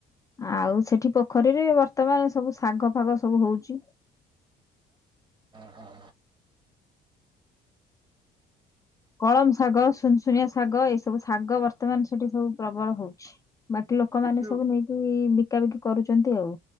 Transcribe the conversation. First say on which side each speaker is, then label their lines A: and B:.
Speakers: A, on the left; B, on the right.
A: ଆଉ ସେଠି ପୋଖରୀରେ ବର୍ତ୍ତମାନ ସବୁ ଶାଗ ଫାଗ ସବୁ ହଉଛି
B: ହଁ
A: କଳମ ଶାଗ, ସୁନସୁନିଆ ଶାଗ ଏ ସବୁ ଶାଗ ବର୍ତ୍ତମାନ ସେଠି ସବୁ ପ୍ରବଳ ହଉଛି ବାକି ଲୋକମା
B: ବିକ୍ରି
A: ନେ ସବୁ
B: ହଉଛି
A: ନେଇକି ବିକାବିକି କରୁଛନ୍ତି ଆଉ